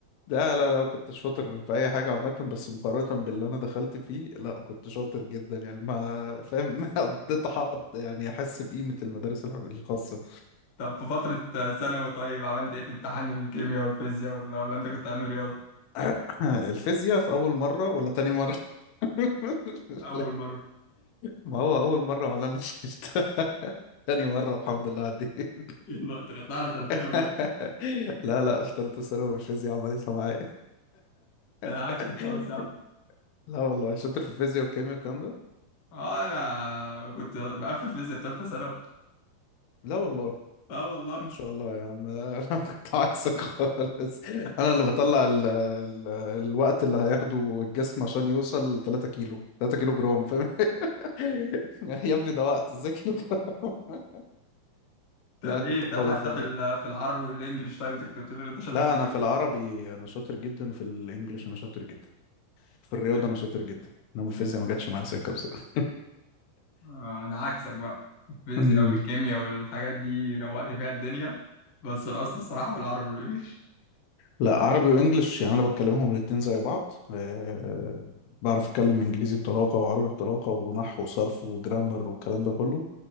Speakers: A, on the left; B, on the left.
A: لا لا لا كنت شاطر في اي حاجه عامه بس مقارنه باللي انا دخلت فيه لا كنت شاطر جدا يعني ما فاهم <laughs> ما قضيت حد يعني احس بقيمه المدارس الع- الخاصه
B: طب في فترة آه، ثانوي طيب عملت إيه في امتحان الكيمياء والفيزياء ولا ولا أنت كنت علم رياضة
A: <clears throat> <laughs> الفيزياء في اول مره ولا تاني مره <laughs>
B: أول مرة؟
A: ما هو أول مرة ما أنا شلتها <laughs> تاني مرة الحمد لله عديت
B: <laughs> يلا أنت خدتها على سنتين ولا
A: <laughs>
B: إيه؟
A: لا لا في تالتة ثانوي الفيزياء عملتها معايا
B: ده أنا
A: <laughs>
B: عكسك خالص يا عم
A: لا والله شاطر في الفيزياء والكيمياء والكلام ده
B: اه انا كنت بقفل فيزياء في ثالثه ثانوي
A: لا والله
B: اه والله
A: ان شاء الله يا عم <laughs> لا، انا كنت عكسك خالص انا اللي بطلع ال ال الوقت اللي هياخده الجسم عشان يوصل 3 كيلو 3 كيلو جرام فاهم <laughs> يا ابني ده وقت ازاي كيلو جرام <laughs>
B: طب
A: لا كنت
B: ايه
A: قوي
B: طب حتى
A: في
B: في ال- في العربي والانجليش طيب انت كنت بتقول ان انت شاطر
A: لا
B: في الانجليش
A: انا في العربي انا شاطر جدا وفي الانجليش انا شاطر جدا في الرياضه
B: في ال...
A: انا شاطر جدا انما
B: في
A: الفيزياء
B: ال...
A: ما جاتش معايا سكه بصراحه
B: آه انا عكسك بقى الفيزياء
A: <laughs>
B: والكيمياء والحاجات دي روقت فيها الدنيا بس القصد الصراحه في العربي والانجليش
A: لا عربي وانجليش يعني انا بتكلمهم الاتنين زي بعض أه بعرف اتكلم انجليزي بطلاقه وعربي بطلاقه ونحو وصرف وجرامر والكلام ده كله